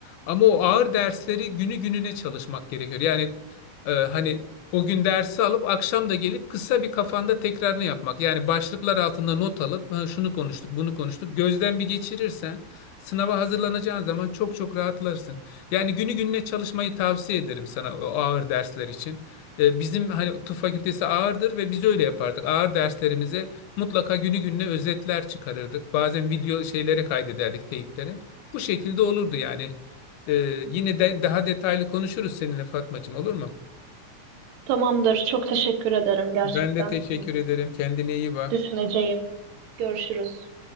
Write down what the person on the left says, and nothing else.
Ama o ağır dersleri günü gününe çalışmak gerekiyor. Yani e, hani o gün dersi alıp akşam da gelip kısa bir kafanda tekrarını yapmak. Yani başlıklar altında not alıp "Ha, şunu konuştuk, bunu konuştuk. Gözden bir geçirirsen sınava hazırlanacağın zaman çok çok rahatlarsın. Yani günü gününe çalışmayı tavsiye ederim sana o ağır dersler için. Ee, bizim hani tıp fakültesi ağırdır ve biz öyle yapardık. Ağır derslerimize mutlaka günü gününe özetler çıkarırdık. Bazen video şeylere kaydederdik teyiplere. Bu şekilde olurdu yani. Ee, yine de daha detaylı konuşuruz seninle Fatmacığım olur mu?
Ben de teşekkür
ederim. Kendine iyi bak.